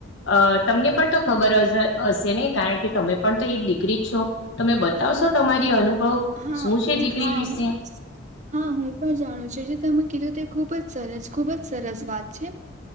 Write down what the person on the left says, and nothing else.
અ તમને પણ તો ખબર હશે નહી કારણ ક કે તમે પણ તો એક દીકરી જ છો તમે બતાવશો તમારી અનુભવ
શું છે દીકરી
વિશે